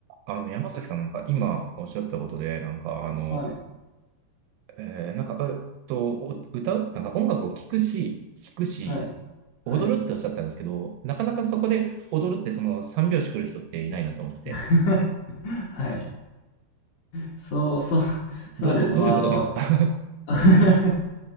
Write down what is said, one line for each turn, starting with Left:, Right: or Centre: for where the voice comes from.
Right: あの、山崎さんなんか今おっしゃったことで、なんかあの、
Left: はい、
Right: えーなんか、えっと、お歌うなんか音楽を聴くし、聴くし、
Left: はい、はい。
Right: 踊るっておっしゃったんですけど、なかなかそこで踊るってその三拍子来る人っていないなと思って。
Left: <laughs> はい。そう、そう、そうですね。
Right: ど、ど、どういうことなんですか
Left: まあ、あの、
Right: <laughs>
Left: <laughs>